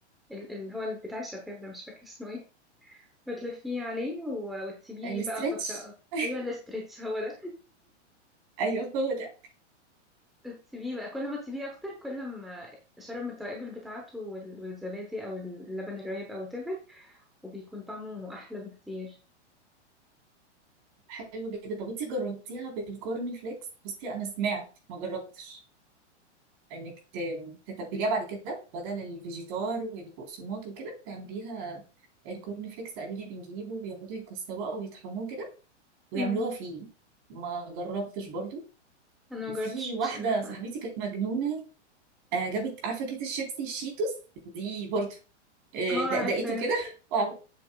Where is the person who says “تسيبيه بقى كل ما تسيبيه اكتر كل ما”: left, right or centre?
Centre